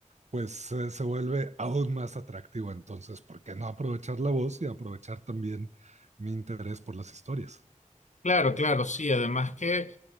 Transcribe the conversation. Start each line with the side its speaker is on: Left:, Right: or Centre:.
Right: pues eh, se vuelve aún más atractivo. Entonces, ¿por qué no aprovechar la voz y aprovechar también mi interés por las historias?
Left: Claro, claro, sí. Además que